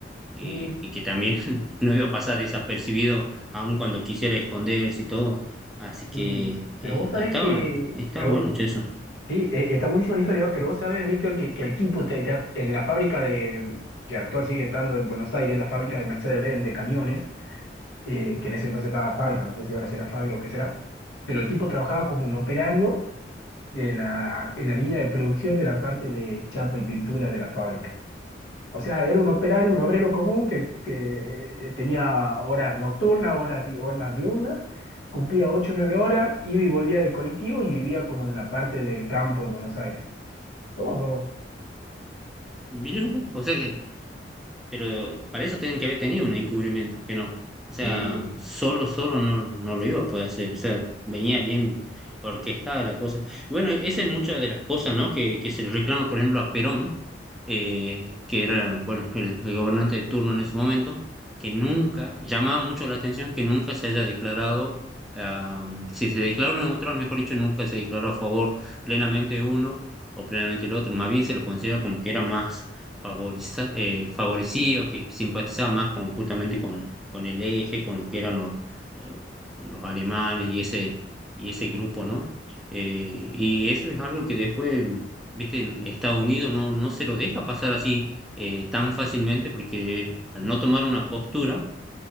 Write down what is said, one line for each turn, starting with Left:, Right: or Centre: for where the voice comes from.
Centre: y
Left: Sí,
Centre: que también <laughs> no iba a pasar desapercibido aun cuando quisiera esconderse y todo. Así que
Left: sí. Pero
Centre: eh,
Left: vos sabés
Centre: estaban,
Left: que,
Centre: estaban
Left: pero
Centre: buenos che, eso.
Left: Sí, e- está buenísima la historia, ¿no? pero vos sabés, Víctor, que, que el tipo te- te- en la fábrica de, que actual sigue estando en Buenos Aires, la fábrica de Mercedes-Benz de camiones, eh, que en ese entonces estaba fábrica, no sé si ahora será fábrica o qué será, pero el tipo trabajaba como un operario en la, en la línea de producción de la parte de chapa y pintura de la fábrica. O sea, era un operario, un obrero común que, que eh, tenía horas nocturnas, horas, di- horas diurnas, cumplía 8 o 9 horas, iba y volvía del colectivo y vivía como en una parte del campo en Buenos Aires. Toma, pavo.
Centre: Mirá vos, o sea que Pero para eso tienen que haber tenido un encubrimiento, que no. O sea,
Left: Sí,
Centre: solo, solo no, no lo iba a poder hacer. O sea, venía bien orquestada la cosa. Y bueno, esa es muchas de las cosas, ¿no? Que, que se le reclama, por ejemplo, a Perón, eh, que era, bueno, el, el gobernante de turno en ese momento, que nunca, llamaba mucho la atención que nunca se haya declarado, ah, si se declaró neutral, mejor dicho, nunca se declaró a favor plenamente de uno o plenamente el otro. Más bien se lo considera como que era más favoriza- eh, favorecía o que simpatizaba más con, justamente con, con el eje, con lo que eran los, eh, los alemanes y ese, y ese grupo, ¿no? Eh, y eso es algo que después, viste, en Estados Unidos no, no se lo deja pasar así eh, tan fácilmente porque al no tomar una postura,